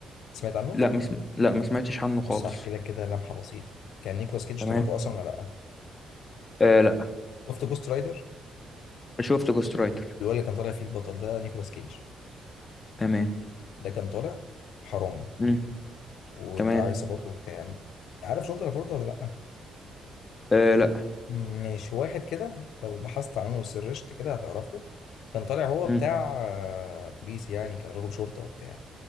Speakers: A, on the left (about 80°); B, on the left (about 30°).
A: سمعت عنه
B: لا ما سم... لا ما سمعتش عنه خالص
A: بص هحكي لك كده لمحه بسيطه كان نيكولاس كيدج
B: تمام
A: تعرفه اصلا ولا لا
B: آه لا
A: شفت جوست رايدر
B: شفت جوست رايتر
A: اللي هو اللي كان طالع فيه البطل ده نيكولاس كيدج
B: تمام
A: ده كان طالع حرامي
B: مم.
A: وبتاع
B: تمام
A: عصابات وبتاع يعني عارف جون ترافولتا ولا لا
B: آه لا
A: مش واحد كده لو بحثت عنه وسرشت كده هتعرفه كان طالع هو
B: مم.
A: بتاع آه، بوليس يعني كان راجل شرطة وبتاع